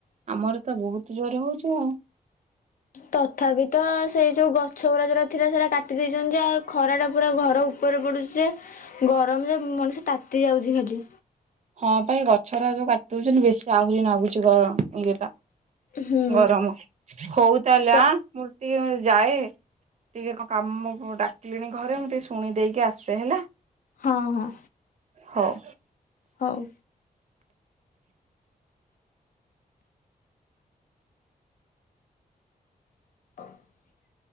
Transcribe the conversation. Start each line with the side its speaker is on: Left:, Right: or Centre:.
Right: ଆମର ତ ବହୁତ ଜୋର ହଉଛି ଆଉ
Left: ତଥାପି ତ ସେଇ ଯୋଉ ଗଛଗୁୁରା ଯୋଉଗୁରା ଥିଲା ସେଗୁଡା କାଟି ଦେଇ <unintelligible> ଖରାଟା ପୁରା ଘର ଉପରେ ପଡୁଛି ଯେ ଗରମ ଯେ ମଣିଷ ତାତି ଯାଉଛି ଖାଲି।
Right: ହଁ ପା ଏ ଗଛଗୁରା ଯୋଉ କାଟି ଦଉଛନ୍ତି ବେଶୀ ଆହୁରି ନାଗୁଛି ଗରମ ଇଏଟା
Left: ହୁଁ
Right: ଗରମ, ହଉ ତାହେଲେ
Left: ତ
Right: ଆଁ ମୁଁ ଟିକେ ଯାଏ ଟିକେ କଣ କାମ ଡାକିଲେଣି ଘରେ ମୁଁ ଟିକେ ଶୁଣି ଦେଇକି ଆସୁଛି ହେଲା
Left: ହଁ ହଁ।
Right: ହଉ।
Left: ହଉ। <inaudible>